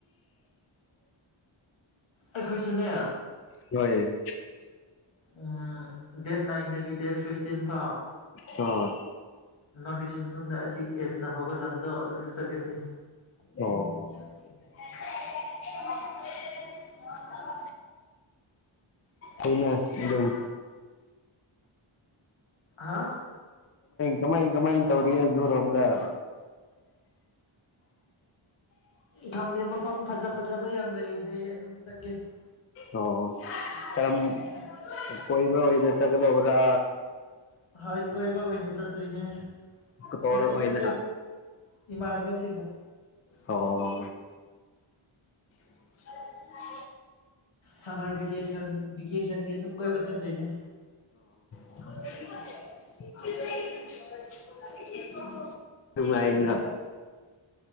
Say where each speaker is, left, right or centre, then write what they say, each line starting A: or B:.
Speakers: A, on the left (about 70°); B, on the left (about 30°).
A: ꯑꯩꯈꯣꯏꯁꯦꯅꯦ
B: ꯍꯣꯏ
A: ꯎꯝ ꯗꯦꯠ ꯅꯥꯏꯟꯗꯒꯤ ꯗꯦꯠ ꯐꯤꯁꯇꯤꯟ ꯐꯥꯎ
B: ꯍꯣꯏ
A: ꯅꯣꯔꯠ ꯏꯁ ꯃꯅꯨꯡꯗ ꯑꯁꯤ ꯑꯦꯁꯅ ꯍꯧꯕ ꯂꯝꯗꯣ ꯑꯗꯨꯁꯨ ꯆꯠꯀꯅꯤ
B: ꯑꯣ <unintelligible> ꯑꯩꯅ ꯑꯗꯨꯝ
A: ꯍꯥ
B: ꯀꯃꯥꯏ- ꯀꯃꯥꯏ ꯇꯧꯔꯤꯒꯦ ꯑꯗꯨꯔꯣꯝꯗ
A: ꯈꯪꯗꯦ ꯃꯐꯝ ꯐꯖ -ꯐꯖꯕ ꯌꯥꯝ ꯂꯩ ꯍꯥꯏꯌꯦ ꯑꯗꯨꯝ ꯆꯠꯀꯦ
B: ꯑꯣ ꯀꯝ ꯀꯣꯏꯕ ꯑꯣꯏꯅ ꯆꯠꯒꯗꯧꯕꯔꯥ
A: ꯍꯣꯏ ꯀꯣꯏꯕ ꯑꯣꯏꯅ ꯆꯠꯇꯣꯏꯅꯦ
B: ꯇꯣꯔ
A: ꯅꯠꯇꯦ
B: ꯑꯣꯏꯅ
A: -ꯅꯠꯇꯦ ꯏꯃꯥꯟꯅꯕꯁꯤꯡꯅ
B: ꯑꯣ <unintelligible>
A: ꯁꯝꯃꯔ ꯚꯦꯀꯦꯁꯟ -ꯚꯦꯀꯦꯁꯟꯒꯤ ꯑꯗꯨꯝ ꯀꯣꯏꯕ ꯆꯠꯇꯣꯏꯅꯦ
B: <unintelligible> ꯅꯨꯡꯉꯥꯏꯅ